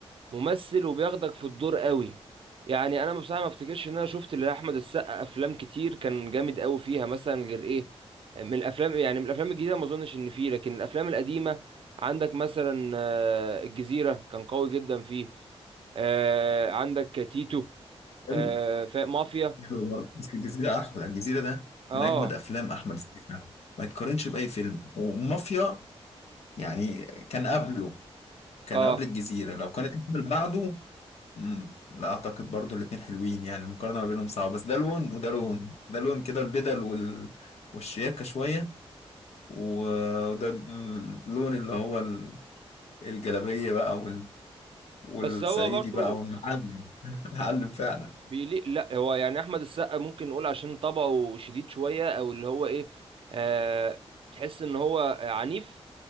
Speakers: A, on the right; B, on the left.
A: ممثل وبياخدك في الدور قوي يعني انا بصراحه ما افتكرش ان انا شفت لاحمد السقا افلام كتير كان جامد قوي فيها مثلا غير ايه من الافلام يعني من الافلام الجديده ما اظنش ان فيه لكن الافلام القديمه عندك مثلا آه، الجزيره كان قوي جدا فيه آه، عندك تيتو
B: حلو
A: آه، فا- مافيا
B: حلو برضه بس الجزيرة أحلى الجزيرة ده
A: اه
B: من أجمد أفلام أحمد السقا ما يتقارنش بأي فيلم ومافيا يعني كان قبله كان
A: اه
B: قبل الجزيرة لو كانت الفيلم بعده مم. لا أعتقد برضه الاتنين حلوين يعني المقارنة ما بينهم صعبة بس ده لون وده لون ده لون كده البدل وال... والشياكة شوية و- وده اللون اللي هو ال- الجلابية بقى وال... والصعيدي
A: بس هو برضو
B: بقى والمعلم <laughs> المعلم فعلا
A: بيليق لا هو يعني احمد السقا ممكن نقول عشان طبعه شديد شويه او اللي هو ايه آه تحس ان هو عنيف